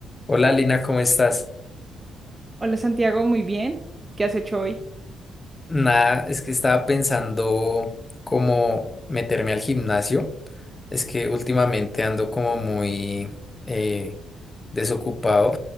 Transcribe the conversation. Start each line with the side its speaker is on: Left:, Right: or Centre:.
Left: Hola Lina, ¿cómo estás?
Right: Hola Santiago, muy bien. ¿Qué has hecho hoy?
Left: Nada, es que estaba pensando cómo meterme al gimnasio. Es que últimamente ando como muy eh, desocupado